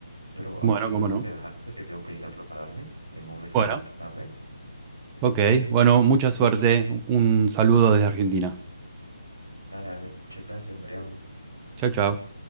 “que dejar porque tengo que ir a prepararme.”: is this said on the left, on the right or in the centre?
Right